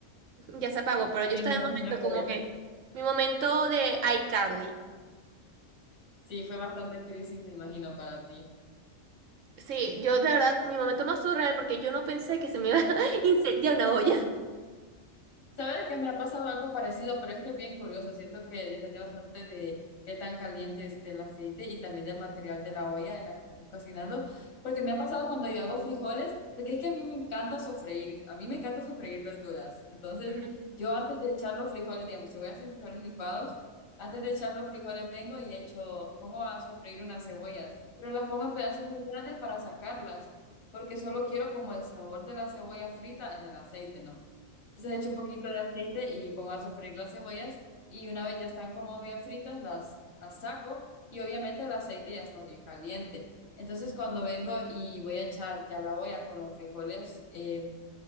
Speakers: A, on the right; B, on the left.
A: ya se apagó. Pero yo
B: Sí,
A: estaba
B: me imagino
A: en momento
B: que
A: como que, mi momento de iCarly.
B: sí, fue bastante crisis, me imagino, para ti.
A: Sí, yo de verdad, mi momento más surreal porque yo no pensé que se me iba a <laughs> incendiar una olla.
B: Sabes que me ha pasado algo parecido, pero es que es bien curioso. Siento que depende bastante de qué tan caliente esté el aceite y también del material de la olla en la que estés cocinando. Porque me ha pasado cuando yo hago frijoles, porque es que a mí me encanta sofreír. A mí me encanta sofreír verduras. Entonces,
A: Ujú.
B: yo antes de echar los frijoles, digamos, si voy a hacer frijoles licuados, antes de echar los frijoles vengo y echo, pongo a sofreír unas cebollas, pero las pongo en pedazos muy grandes para sacarlas, porque solo quiero como el sabor de la cebolla frita en el aceite, ¿no? Entonces echo un poquito de aceite y pongo a sofreír las cebollas y una vez ya están como bien fritas, las, las saco y obviamente el aceite ya está bien caliente. Entonces cuando vengo y voy a echar ya la olla con los frijoles, eh,